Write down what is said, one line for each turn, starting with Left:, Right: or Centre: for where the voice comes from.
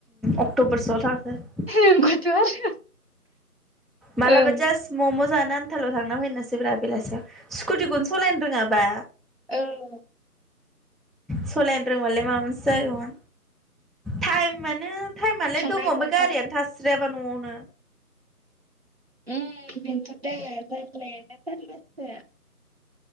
Centre: अक्ट'बरसोआव थांगोन।
Right: नोंगौथ' आरो।
Centre: मालाबा
Right: ओं
Centre: जास मम' जानो। आनथाल'थांना फैनोसै ब्रा बेलासियाव स्कुटिखौनो सलायनो रोङाबा।
Right: औ।
Centre: सलायनो रोंबालाय माबा मोनसे जागौमोन टाइमानो। टाइमालाय
Right: थांनो
Centre: दङ
Right: हागौमोन
Centre: ओमफ्राय गारियानो
Right: नामा
Centre: थास्रायाबा न'आवनो।
Right: ओम बिनोथ' जाहैबाय <unintelligible>